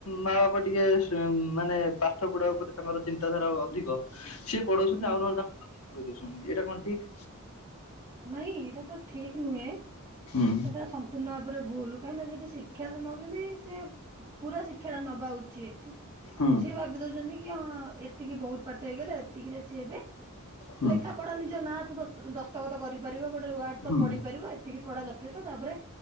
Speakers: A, on the left; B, on the right.
A: ମା ବାପା ଟିକେ ସ୍ ମାନେ ପା ସେଗୁଡ଼ା ଉପରେ ତାଙ୍କର ଚିନ୍ତାଧାରା ଅଧିକ ସିଏ ପଢ଼ଉଚନ୍ତି
B: ହୁଁ
A: ଆଉ
B: ହୁଁ
A: ନହେଲେ ତା କହିଦଉଛନ୍ତି ଏଟା କଣ ଠିକ୍?
B: ନାଇଁ ଏଟା ତ ଠିକ୍ ନୁହେଁ।
A: ହୁଁ
B: ସେଇଟା ସମ୍ପୂର୍ଣ୍ଣ ଭାବରେ ଭୁଲ କାହିଁ ନାଁ ଯେଦି ଶିକ୍ଷା ସେ ନଉଚନ୍ତି ସିଏ ପୁରା ଶିକ୍ଷାଟା ନବା ଉଚିତ୍
A: ହୁଁ
B: ସିଏ ଭାବି ଦୋଉଚନ୍ତି ଇ ହଁ ଏତିକି ବହୁତ ପାଠ ହେଇଗଲା ଏତିକିରେ ସିଏ ଏବେ
A: ହୁଁ
B: ଲେଖା ପଢ଼ା ନିଜ ନାଁ ତ ଦସ୍ତ ଦସ୍ତଖତ କରିପାରିବ ଗୋଟେ ୱାର୍ଡ ତ
A: ହୁଁ
B: ପଢି଼ପାରିବ ଏତିକି ପଢ଼ା ଯ ତାପରେ